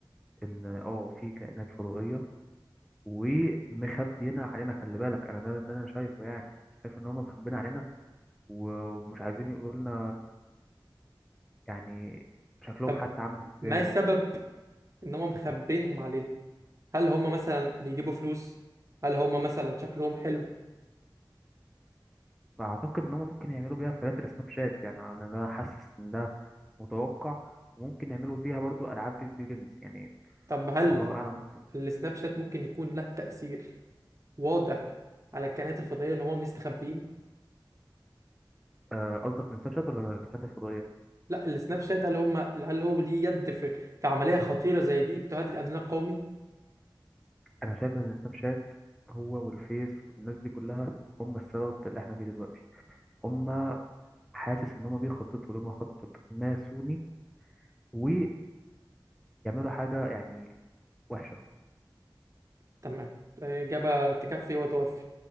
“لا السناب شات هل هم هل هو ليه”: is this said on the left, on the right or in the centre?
Right